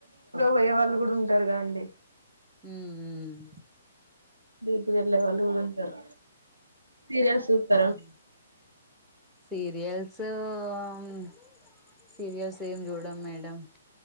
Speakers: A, on the right (about 85°); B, in the centre.
A: పోయే వాళ్ళు కూడా ఉంటారుగా గాండి.
B: ఊ ఉమ్.
A: బీట్ గళ్ళ వాళ్ళు కూడాఊంటారు. సీరియస్స్ సూత్తర.
B: ఉమ్ సీరియల్స్, అం సీరియల్స్ ఏం చూడం మేడం.